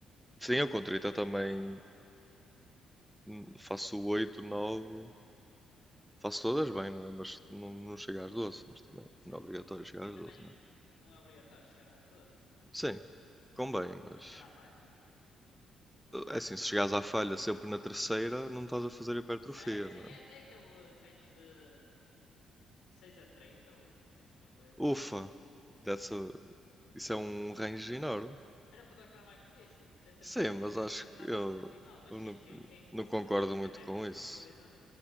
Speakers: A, in the centre; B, on the left.
A: Sim, eu com
B: Sinto
A: 30
B: que consigo
A: também
B: controlar mais.
A: hum, faço oito nove Faço todas bem, não é? Mas não, não chega às doze, mas também
B: Sim.
A: não é obrigatório chegar às
B: Também
A: 12, não é?
B: eh, não é obrigatório chegar às doze
A: Sim, convém, mas
B: É chegar à falha.
A: eh, é assim, se chegares à falha sempre na terceira, não estás a fazer hipertrofia,
B: Certo, sim,
A: não é?
B: é, é aquele range de 6 a 30 ou, ou assim uma coisa.
A: Ufa, that's a- isso é um range enorme.
B: Era o que o Dr. Mike disse. Entre
A: Sim,
B: 6
A: mas
B: a 30
A: acho
B: dá
A: que
B: basicamente
A: eu,
B: igual. Mas
A: eu
B: sim,
A: não,
B: quem, quem for
A: não concordo
B: fazer 30
A: muito
B: reps
A: com
B: de
A: isso.
B: uma coisa,